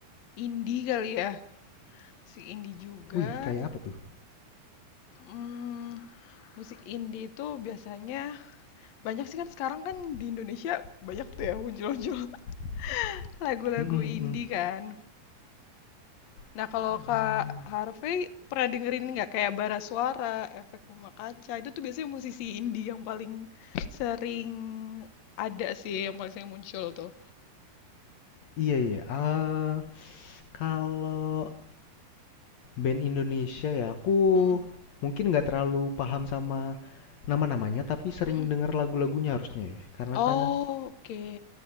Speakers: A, on the left; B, on the left.
A: indie kali ya, musik indie juga.
B: Wih, kayak apa tuh?
A: Hmm, musik indie itu biasanya banyak sih kan sekarang kan di Indonesia banyak tuh ya muncul-muncul <laughs> lagu-lagu
B: Hmm, hmm,
A: indie
B: hmm.
A: kan. Nah, kalau
B: Hmm,
A: Kak Harvey pernah dengerin nggak kayak bara suara, efek rumah kaca? Itu tuh biasanya musisi indie yang paling sering ada sih, yang paling sering muncul tuh.
B: Iya, iya. Ah, kalau Band Indonesia ya, aku
A: Mm-mm,
B: mungkin nggak terlalu paham sama nama-namanya, tapi sering
A: mm-mm.
B: denger lagu-lagunya harusnya ya. Karena
A: Oh,
B: kan,
A: oke.